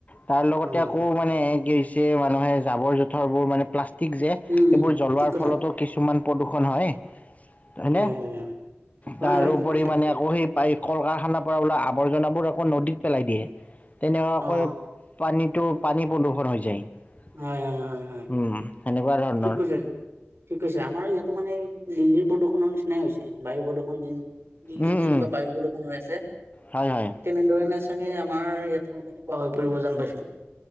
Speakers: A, on the left (about 35°); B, on the right (about 70°).
A: তাৰ লগতে
B: হয়
A: আকৌ
B: হয়
A: মানে কি মানুহে জাবৰ জোথৰবোৰ মানে প্লাষ্ট টিক যে,
B: উম
A: এইবোৰ জ্বলোৱাৰ
B: ঠিক কথা
A: ফলতো কিছুমান প্ৰদূষণ হয়। হয়নে?
B: হয় হয় হয় হয়
A: তাৰোপৰি
B: হয় ঠিক কৈছা
A: মানে
B: ঠিক কৈছা
A: আকৌ সেই পা কল কাৰখানাৰ পৰা ওলোৱা আৱৰ্জনাবোৰ আকৌ নদীত পেলাই দিয়ে। তেনেকুৱাকৈ
B: অ
A: পানীটো পানী প্ৰদূষণ হৈ, যায়। উম,
B: হয় হয় হয় হয়
A: সেনেকুৱা ধৰণৰ।
B: ঠিক কৈছা ঠিক কৈছে, আমাৰ ইয়াতো মানে দিল্লীৰ প্ৰদূৰষণৰ নিচিনাই হৈছে, বায়ু প্ৰদূষণ যিন দিল্লীত
A: উম,
B: যেনেকুৱা
A: উম।
B: বায়ু প্ৰদূষণ হৈ আছে,
A: হয়, হয়।
B: ঠিক তেনেধৰণে <unintelligible> আমাৰ ইয়াতো এনেকুৱা হৈ পৰিব যেন পাইছোঁ।